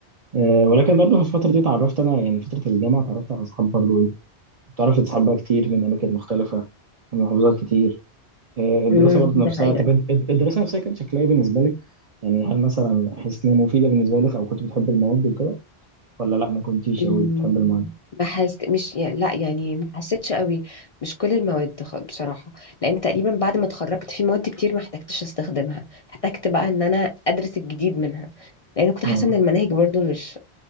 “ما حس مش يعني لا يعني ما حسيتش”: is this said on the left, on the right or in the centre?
Left